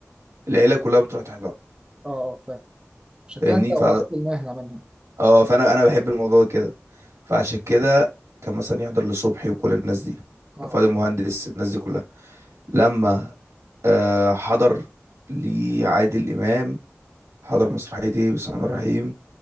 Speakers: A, on the right (about 85°); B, on the right (about 20°).
A: العيلة كلها بتروح تحضرها
B: اه فاهم عشان
A: فاهمني
B: كده أنت ورثت
A: ف...
B: المهنة منهم
A: اه فانا انا بحب الموضوع كده فعشان كده كان مثلا يحضر لصبحي وكل الناس دي
B: اه
A: فؤاد المهندس الناس دي كلها لما آه حضر لعادل امام حضر مسرحيه ايه بسم الله الرحمن الرحيم